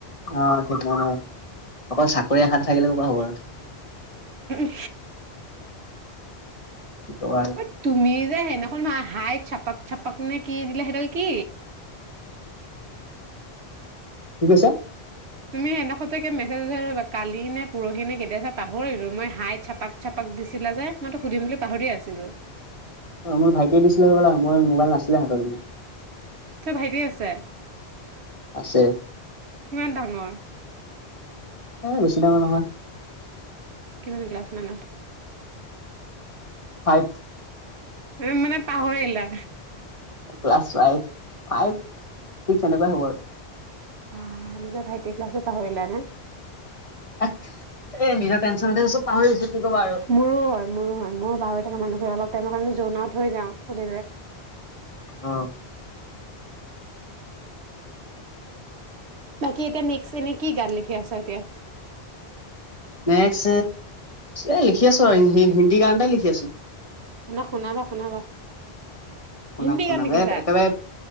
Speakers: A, on the left; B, on the right.
A: অ, ঠিক অকল চাকৰি এশাত থাকিলে <unintelligible> খবৰ
B: উম হি
A: কি ক'বা আৰু
B: <inaudible> অ তুমি যায়ে নাখন <unintelligible> হাই চাপক-চাপাক নে কি দিলে সেইডাল কি?
A: কি কৈছা?
B: তুমি সেনাখতে কি মেছেজা <unintelligible> কালি নে পৰহি নে কেতিয়া চাই পাহৰিলো মই হাই চাপাক-চাপাক দিছিলা যে, মইতো সুধিম বুলি পাহৰিয়ে আছিলো।
A: অ মোৰ ভাইটিয়ে দিছিলে হ'বলা মোৰ মোবাইল নাছিলে হাতৰ
B: তোৰ ভাইটি আছে?
A: আছে
B: কিমান ডাঙৰ
A: এ বেছি ডাঙৰ নহয়।
B: কিমান ক্লাছ মানত
A: ফাইভ
B: উম মানে পাহৰিলা।
A: ক্লাছ ফাইভ-ফাইভ চিকচ যেনেকুৱাই হ'ব আৰু।
B: বা, নিজৰ ভাইটিৰ ক্লাছত পাহৰিলা নে।
A: এ নিজৰ টেনশ্যনতে চব পাহৰি গৈছো। কি ক'বা আৰু।
B: মোৰো হয়- মোৰো হয়, মোৰ পাহৰি থকা মানুহ অলপবোৰে তেনে কাৰণে জন আউট হৈ যাও সুধিলে।
A: অঁ-অঁ।
B: বাকী এতিয়া নেক্সট এনে কি গান লিখি আছ এতিয়া।
A: নেক্স এ লিখি আছো আৰু হিন্ হিন্দী গান এটাই লিখি আছো।
B: আমাক শুনাবা শুনাবা।
A: শুনাম
B: হিন্দী
A: শুনাম,
B: গান লিখিছা?
A: একেবাৰে